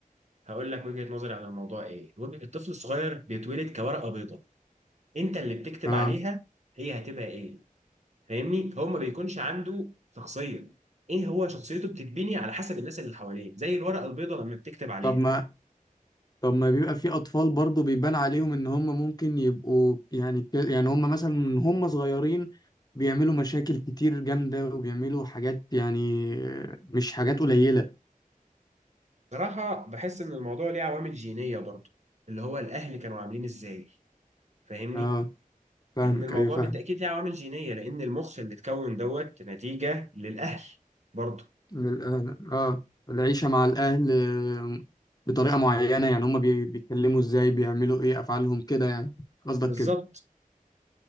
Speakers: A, on the right; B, on the left.
A: هقول لك وجهة نظري عن الموضوع ايه وجهة- الطفل الصغير بيتولد كورقة بيضاء انت اللي بتكتب
B: اه
A: عليها هي هتبقى ايه فاهمني هو ما بيكونش عنده شخصية ايه هو شخصيته بتتبني على حسب الناس اللي حواليه زي الورقة البيضاء لما بتكتب عليها
B: طب ما طب ما بيبقى في اطفال برضو بيبان عليهم ان هم ممكن يبقوا يعني ك- يعني هم مثلا من هم صغيرين بيعملوا مشاكل كتير جامدة وبيعملوا حاجات يعني آه، مش حاجات قليلة
A: صراحة بحس ان الموضوع ليه عوامل جينية برضه اللي هو الاهل كانوا عاملين ازاي فاهمني
B: اه فاهمك
A: لان الموضوع
B: ايوه فاهم
A: بالتأكيد ليه عوامل جينية لان المخ اللي اتكون دوت نتيجة للاهل برضه
B: للأهل اه العيشة مع الأهل آه، بطريقة معينة يعني هما بي- بيتكلموا ازاي بيعملوا ايه أفعالهم كده يعني قصدك
A: بالظبط
B: كده